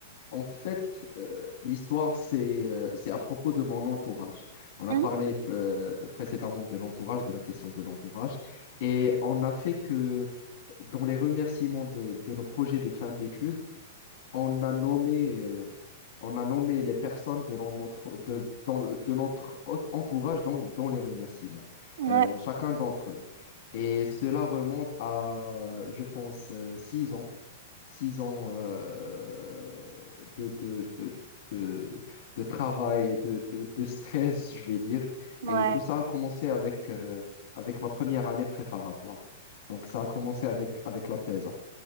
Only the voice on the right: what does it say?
Mhm.
Ouais,
ouais.